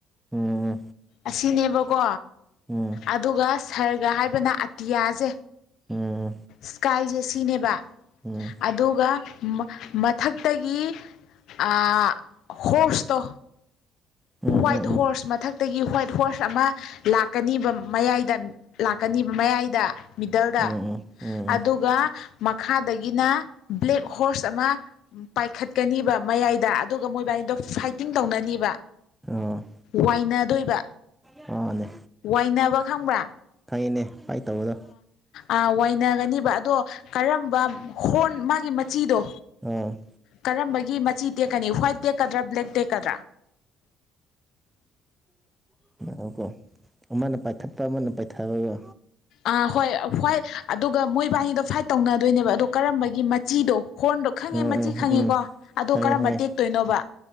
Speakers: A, in the centre; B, on the left.
A: ꯎꯝ
B: ꯑꯁꯤꯅꯦꯕꯀꯣ
A: ꯎꯝ
B: ꯑꯗꯨꯒ ꯁꯔꯒ ꯍꯥꯏꯕꯅ ꯑꯇꯤꯌꯥꯁꯦ
A: ꯎꯝ
B: ꯁ꯭ꯀꯥꯏꯖꯦ ꯁꯤꯅꯦꯕ
A: ꯎꯝ
B: ꯑꯗꯨꯒ ꯃꯊꯛꯇꯒꯤ ꯑꯥ ꯍꯣꯔꯁꯇꯣ
A: ꯎꯝ ꯎꯝ ꯎꯝ
B: ꯍ꯭ꯋꯥꯠ ꯍꯣꯔꯁ ꯃ ꯃꯊꯛꯇꯒꯤ ꯍ꯭ꯋꯥꯏꯠ ꯍꯣꯔꯁ ꯑꯃ ꯂꯥꯛꯀꯅꯤꯕ ꯃꯌꯥꯏꯗ ꯂꯥꯛꯀꯅꯤꯕ ꯃꯌꯥꯏꯗ ꯃꯤꯗ ꯗꯜꯗ
A: ꯎꯝ ꯎꯝ ꯎꯝ ꯎꯝ
B: ꯑꯗꯨꯒ ꯃꯈꯥꯗꯒꯤꯅ ꯕ꯭ꯂꯦꯛ ꯍꯣꯔꯁ ꯑꯃ ꯄꯥꯏꯈꯠꯀꯅꯤ ꯃꯌꯥꯏꯗ ꯑꯗꯨꯒ ꯃꯣꯏꯕꯥꯏꯅꯤꯗꯣ ꯐꯥꯏꯇꯤꯡ ꯇꯧꯅꯅꯤꯕ
A: ꯑꯣ
B: ꯋꯥꯏꯅꯗꯣꯏꯕ
A: ꯑꯣꯅꯦ
B: ꯋꯥꯏꯅꯕ ꯈꯪꯕ꯭ꯔꯥ
A: ꯈꯪꯉꯤꯅꯦ ꯐꯥꯏꯠ ꯇꯧꯕꯗꯣ
B: ꯑꯥ ꯋꯥꯏꯅꯒꯅꯦꯕ ꯑꯗꯣ ꯀꯔꯝꯕ ꯍꯣꯔꯟ ꯃꯥꯒꯤ ꯃꯆꯤꯗꯣ
A: ꯑꯣ
B: ꯀꯔꯝꯕꯒꯤ ꯃꯆꯤ ꯇꯦꯛꯀꯅꯤ ꯍ꯭ꯋꯥꯏꯠ ꯇꯦꯛꯀꯗ꯭ꯔꯥ ꯕ꯭ꯂꯦꯛ ꯇꯦꯛꯀꯗ꯭ꯔꯥ
A: <unintelligible> ꯑꯃꯅ ꯄꯥꯏꯈꯠꯄ ꯑꯃꯅ ꯄꯥꯏꯊꯕꯒ
B: ꯑꯥ ꯍꯣꯏ ꯍꯣꯏ ꯑꯗꯨꯒ ꯃꯣꯏꯕꯥꯅꯤꯗꯣ ꯐꯥꯏꯠ ꯇꯧꯅꯗꯣꯏꯅꯦꯕ ꯑꯗꯣ ꯀꯔꯝꯕꯒꯤ ꯃꯆꯤꯗꯣ ꯍꯣꯔꯟꯗꯣ ꯈꯪꯉꯦ
A: ꯎꯝ ꯎꯝ
B: ꯃꯆꯤ ꯈꯪꯉꯦꯀꯣ
A: ꯎꯝ
B: ꯑꯗꯣ
A: ꯈꯪꯉꯦ
B: ꯀꯔꯝꯕ
A: ꯈꯪꯉꯦ
B: ꯇꯦꯛꯇꯣꯏꯅꯣꯕ